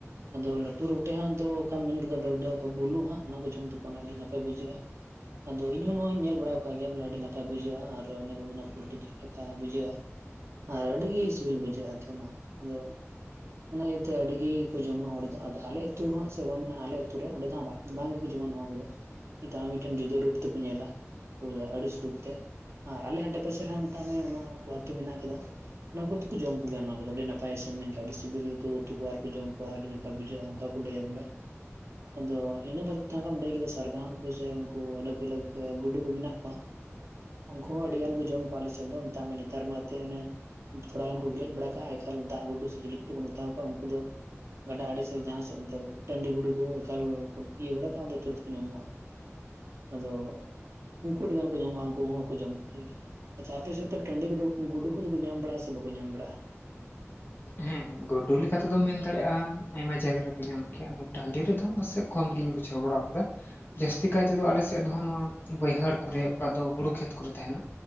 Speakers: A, on the right; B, on the left.
A: ᱟᱫᱚ ᱞᱟᱴᱩ ᱨᱚ ᱛᱚ ᱚᱠᱟᱢ ᱢᱮᱱ ᱠᱮᱫᱟ ᱵᱟᱨᱩᱰᱟ ᱦᱟᱜ ᱵᱩᱞᱩ ᱦᱟᱸᱜ ᱚᱱᱟ ᱠᱚ ᱡᱚᱢ ᱛᱟᱠᱚᱣᱟ ᱚᱱᱟ ᱟᱹᱰᱤ ᱱᱟᱯᱟᱭ ᱵᱩᱡᱷᱟᱹᱜ ᱟ ᱾ ᱟᱫᱚ ᱤᱧ ᱦᱚᱸ ᱱᱚᱣᱟᱧ ᱧᱮᱞ ᱵᱟᱲᱟᱣ ᱠᱟᱜ ᱜᱮᱭᱟ ᱵᱚᱞᱮ ᱟᱹᱰᱤ ᱱᱟᱯᱟᱭ ᱵᱩᱡᱷᱟᱹᱜ ᱟ ᱟᱨ ᱚᱱᱮ ᱠᱚ ᱢᱮᱱᱟ ᱯᱩᱞᱴᱤ ᱡᱤᱞ ᱞᱮᱠᱟ ᱵᱩᱡᱷᱟᱹᱜ ᱟ᱾
B: <inaudible>
A: ᱟᱨ ᱟᱹᱰᱤᱜᱤ ᱥᱤᱵᱤᱞ ᱵᱩᱡᱷᱟᱹᱜ ᱟ ᱛᱚ ᱚᱱᱟ ᱫᱚ᱾ ᱚᱱᱟ ᱤᱭᱟᱛᱮ ᱟᱹᱰᱤᱜᱤ ᱠᱚ ᱡᱚᱢᱟ ᱦᱚᱲ ᱫᱚ ᱟᱫᱚ ᱟᱞᱮ ᱟᱹᱛᱩ ᱦᱟᱸᱜ ᱥᱮ ᱠᱚᱢᱮᱱᱟᱜ ᱟᱞᱮ ᱟᱹᱛᱩ ᱨᱮ ᱚᱱᱰᱮ ᱫᱚ ᱦᱟᱸᱜ ᱵᱟᱝ ᱜᱮᱠᱩ ᱡᱚᱢᱟ ᱱᱚᱣᱟ ᱠᱚᱫᱚ ᱛᱟ ᱢᱤᱫᱴᱮᱱ ᱡᱩᱫᱟᱹ ᱨᱩᱯ ᱛᱮᱠᱚ ᱧᱮᱞᱟ᱾ ᱟᱹᱲᱤᱥ ᱨᱩᱯ ᱛᱮ ᱟᱨ ᱟᱞᱮ ᱟᱰᱮ ᱯᱟᱥᱮ ᱨᱮᱦᱚᱸ ᱢᱤᱫᱴᱟᱝ ᱱᱚᱣᱟ ᱠᱚ ᱟᱹᱛᱩ ᱢᱮᱱᱟᱜ ᱠᱟᱫᱟ᱾ ᱱᱚᱣᱟ ᱠᱚᱫᱚ ᱠᱚ ᱡᱚᱢ ᱠᱚᱜᱭᱟ ᱱᱚᱣᱟ ᱠᱚᱫᱚ ᱟᱹᱰᱤ ᱚᱱᱟ ᱠᱩᱫᱩ ᱠᱩ ᱡᱚᱢ ᱠᱩᱜᱮᱭᱟ ᱱᱟ ᱠᱚᱫᱚ ᱟᱹᱰᱤ ᱱᱟᱯᱟᱭ ᱥᱮᱢ ᱢᱮᱱᱠᱮᱭᱟ ᱟᱹᱰᱤ ᱥᱤᱵᱤᱞ ᱠᱩ ᱩᱛᱩ ᱠᱚᱣᱟ ᱟᱨᱠᱚ ᱡᱚᱢ ᱠᱚᱣᱟ ᱟᱹᱰᱤ ᱱᱟᱯᱟᱭ ᱵᱩᱡᱷᱟᱹᱜ-ᱟ ᱚᱝᱠᱟ <unintelligible> ᱠᱳ ᱞᱟᱹᱭᱟ ᱵᱚᱞᱮ ᱟᱫᱚ ᱤᱱᱟᱹ ᱵᱟᱫᱽ ᱠᱟᱛᱮ ᱵᱟᱢ ᱞᱟᱹᱭ ᱠᱮᱫᱟ ᱥᱟᱨᱜᱟ ᱦᱩᱸᱠᱩ ᱥᱮ ᱩᱝᱠᱩ ᱟᱞᱟᱜᱽ ᱟᱞᱟᱜᱽ ᱜᱩᱰᱩ ᱠᱩ ᱢᱮᱱᱟᱜ ᱠᱚᱣᱟ᱾ ᱩᱝᱠᱩ ᱦᱚᱸ ᱟᱹᱰᱤ ᱜᱟᱱ ᱠᱚ ᱡᱚᱢ ᱠᱚᱣᱟ ᱟᱞᱮ ᱥᱮᱫ ᱫᱚ ᱢᱮᱛᱟᱜ ᱢᱮ ᱱᱮᱛᱟᱨ ᱢᱟ ᱚᱛᱮ ᱮᱱᱮ ᱛᱷᱚᱲᱟ ᱜᱟᱱ ᱠᱚ ᱜᱮᱞᱮᱡ ᱵᱟᱲᱟ ᱠᱟᱜ-ᱟ ᱮᱠᱟᱞ ᱫᱟᱜ ᱜᱩᱰᱩ ᱥᱮ ᱡᱤᱞᱤ ᱜᱩᱴᱩ ᱠᱚ ᱢᱮᱛᱟᱣ ᱠᱚᱣᱟ ᱩᱱᱠᱩ ᱫᱚ ᱾ ᱜᱟᱰᱟ ᱟᱹᱲᱤ ᱥᱮ ᱡᱟᱦᱟᱸ ᱥᱮᱫ ᱾ ᱴᱟᱺᱰᱤ ᱜᱩᱰᱩ ᱠᱚ ᱮᱠᱟᱞ ᱤᱭᱟᱹ ᱵᱟᱲᱟ ᱠᱟᱜ ᱟ ᱟᱫᱚ ᱛᱩᱨᱟᱹᱛ ᱠᱚ ᱧᱟᱢᱚᱜᱟ ᱟᱫᱚ <unintelligible> <inaudible> ᱩᱝᱠᱩ ᱟᱹᱰᱤ ᱜᱟᱱ ᱠᱚ ᱧᱟᱢᱚᱜ-ᱟ ᱩᱝᱠᱩ ᱦᱚᱸᱜ ᱠᱚ ᱡᱚᱢ ᱠᱚᱜᱮᱭᱟ ᱾ ᱟᱪᱷᱟ ᱟᱯᱮ ᱥᱮᱫ ᱫᱚ ᱴᱟᱹᱰᱤ ᱠᱚᱫᱚ ᱜᱩᱰᱩ ᱠᱚᱫᱚ ᱠᱩ ᱧᱟᱢ ᱵᱟᱲᱟᱜ-ᱟ ᱥᱮ ᱵᱟᱠᱩ ᱧᱟᱢ ᱵᱟᱲᱟᱜ-ᱟ?
B: ᱦᱮᱸ ᱜᱳᱰᱳ ᱞᱮᱠᱟ ᱛᱮᱫᱚᱢ ᱢᱮᱱ ᱫᱟᱲᱮᱜ ᱟ᱾ ᱟᱭᱢᱟ ᱡᱟᱭᱜᱟ ᱨᱮᱠᱚ ᱧᱟᱢᱚᱜ ᱠᱮᱭᱟ ᱟᱫᱚ ᱴᱟᱺᱰᱤ ᱨᱮᱫᱚ ᱦᱟᱸᱜ ᱯᱟᱥᱮ ᱠᱚᱢ ᱜᱤᱧ ᱵᱩᱡᱷᱟᱹᱣ ᱵᱟᱲᱟᱣ ᱠᱟᱫᱟ᱾ ᱡᱟᱹᱥᱛᱤ ᱠᱟᱭ ᱛᱮᱫᱚ ᱟᱞᱮᱥᱮᱫ ᱫᱚ ᱦᱟᱸᱜ ᱱᱚᱣᱟ ᱵᱟᱹᱭᱦᱟᱹᱲ ᱠᱚᱨᱮ ᱚᱠᱟ ᱫᱚ ᱦᱳᱲᱩ ᱠᱷᱮᱛ ᱠᱚᱨᱮ ᱛᱟᱦᱮᱱᱟ